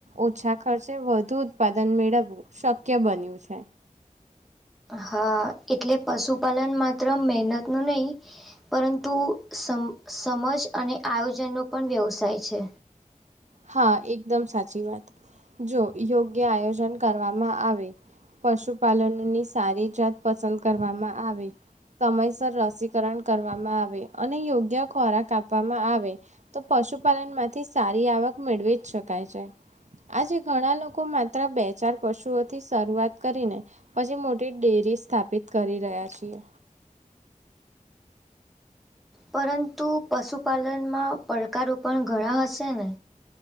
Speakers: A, on the right (about 60°); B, in the centre.
A: ઓછા ખર્ચે વધુ ઉત્પાદન મેળવવું શક્ય બન્યું છે
B: હા એટલે પશુપાલન માત્ર મેનત નો નઈ પરંતુ સમ સમજ અને આયોજનનો પણ વ્યવસાય છે
A: હા એકદમ સાચી વાત જો યોગ્ય આયોજન કરવામાં આવે પશુપાલનની સારી જાત પસંદ કરવામાં આવે સમયસર રસીકરણ કરવામાં આવે અને યોગ્ય ખોરાક આપવામાં આવે તો પશુપાલન માંથી સારી આવક મેળવી જ શકાય છે આજે ઘણા લોકો માત્ર બે ચાર પશુઓથી શરૂઆત કરીને પછી મોટી ડેરી સ્થાપિત કરી રહ્યા છીએ
B: પરંતુ પશુપાલનમાં પડકારો પણ ઘણા હશે ને